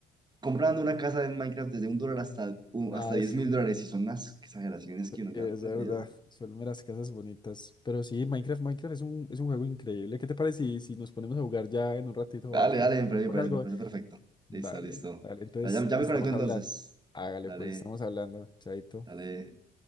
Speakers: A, on the right; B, on the left.
A: comprando una casa en Minecraft desde un dólar hasta, u-
B: Ah,
A: hasta diez
B: sí.
A: mil dólares. Y son unas exageraciones que uno queda
B: Es
A: perdido.
B: verdad. Son las casas bonitas. Pero sí, Minecraft, Minecraft es un, es un juego increíble. ¿Qué te parece si, si nos ponemos a jugar ya en un ratito
A: Dale,
B: Minecraft?
A: dale, me parece, me
B: ¿Hacemos
A: parece,
B: algo?
A: me parece perfecto.
B: Dale,
A: Listo, listo.
B: dale. Entonces,
A: Ya, ya
B: estamos
A: me conecto entonces.
B: hablando. Hágale,
A: Dale,
B: pues estamos hablando. Chaito.
A: dale.